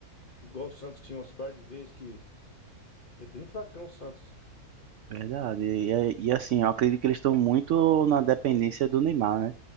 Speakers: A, on the left; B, on the right.
A: igual o Santos tinha umas par de vezes que é bem fracão o Santos.
B: Verdade. E, é, e assim, eu acredito que eles estão muito na dependência do Neymar, né?